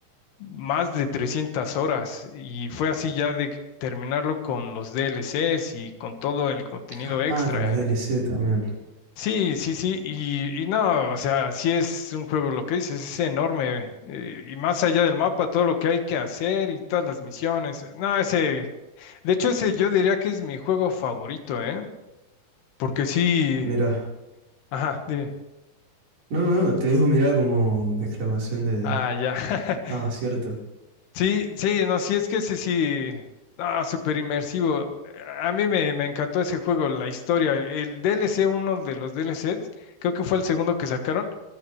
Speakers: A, on the left; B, on the right.
A: más de 300 horas y fue así ya de terminarlo con los DLCs y con todo el contenido
B: Ah,
A: extra.
B: con los DLC también.
A: Sí, sí, sí, y, y no, o sea, sí es un juego, lo que dices, es enorme eh, y más allá del mapa, todo lo que hay que hacer y todas las misiones. No, ese, de hecho ese yo diría que es mi juego favorito, ¿eh? Porque sí,
B: Mirá.
A: ajá, dime.
B: No, no, no, te dijo mirá como exclamación de...
A: Ah, ya.
B: Ah,
A: <laughs>
B: cierto.
A: Sí, sí, no, sí, es que sí, sí, ah, súper inmersivo. A mí me, me encantó ese juego, la historia. El DLC, uno de los DLCs, creo que fue el segundo que sacaron,